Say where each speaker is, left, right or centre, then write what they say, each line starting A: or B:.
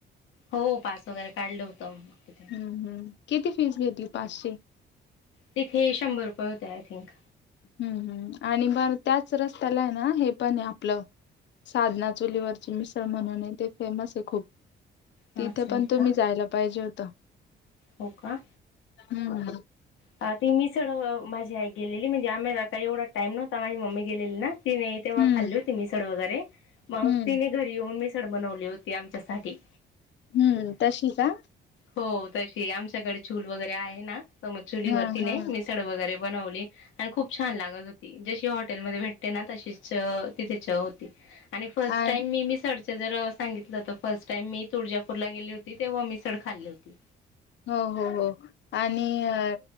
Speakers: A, on the left; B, on the left.
A: हो. पास वगैरे काढलं होता मग तिथे.
B: हम्म हम्म किती फीस घेतली पाचशे?
A: तिथे शंभर रुपये होते आय थिंक.
B: हम्म हम् आणि बर त्याच रस्त्याला आहे ना हे पण आहे आपलं साधना चोलीवरची मिसळ म्हणून आहे ते फेमस आहे खूप.
A: असं
B: तिथे
A: आहे
B: पण तुम्ही
A: का
B: जायला पाहिजे होतं.
A: हो का
B: <unintelligible> हम्म.
A: अ ती मिसळ माझी आई गेलेली म्हणजे आम्हाला काही एवढा टाईम नव्हता माझी मम्मी गेलेली ना. तीने तेव्हा
B: हम्म
A: खाल्ली होती मिसड वगैरे. मग
B: हम्म
A: तिने घरी येऊन मी सड बनवली होती आमच्यासाठी.
B: हम्म तशी का?
A: हो आमच्याकडे चूल वगैरे आहे ना तर मग चुलीवरती
B: हा
A: नाही
B: हा
A: मिसड वगैर वैगरे बनवली आणि खूप छान लागत होती जशी हॉटेल मध्ये भेटते ना तशीच तिथ चव होती. आणि फर्स्ट
B: आणि
A: टाइम मी मिसड जर सांगितलं तर फर्स्ट टाइम मी तुळजापूरला गेली होती तेव्हा मिसड खाल्ली होती
B: हो हो हो आणि अ